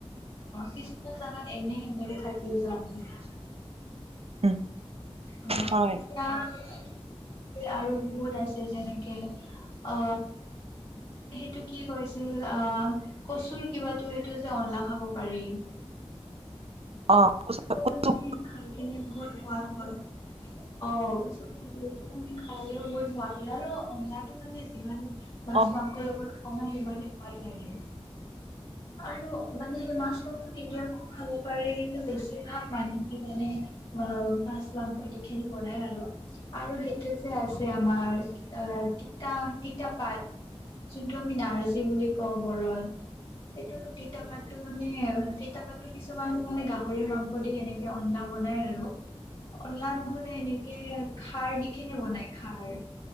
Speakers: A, on the left (about 55°); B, on the right (about 65°).
A: কিছুমান জাগাত এনে- এনেকে থাকি যায় <unintelligible>
B: উম,
A: অ,
B: হয়
A: এতিয়া <unintelligible> আৰু বহুত আছে যেনেকে, অ সেইটো কি কৈছিল অ, কচুৰ কিবাতো এইটো যে অনলা খাব পাৰি
B: অ অ
A: সেইটো <unintelligible>
B: হয়
A: খাই কিনে বহুত সোৱাদ হয় অ, পিছত <unintelligible> এইটো কাৰনে খালেও বহুত সোৱাদ <unintelligible> আৰু অনলাটো মানে যিমান মাছ-মাংস
B: অ
A: ৰ লগত খাৱা সিমানে সোৱাদ লাগে। আৰু মানে মাছ, মাংস নিদিয়াকো খাব পাৰে কিন্তু বেছিভাগ মানুহে মানে অ, মাছ, মাংস দিখিনো বনাই আৰু। আৰু সেইটো যে আছে আমাৰ আহ তিতা- তিতা পাত যোনটো আমি নাৰ্জী বুলি কওঁ বৰণ সেইটোৰ তিতা পাত টো মানে তিতাপাততো কিছুমান মানে গাহৰিৰ মাংস দি এনেকে অনলা বনাই আৰু। অনলা নহ'লে এনেকে খাৰ দি কেনে বনাই খাৰ।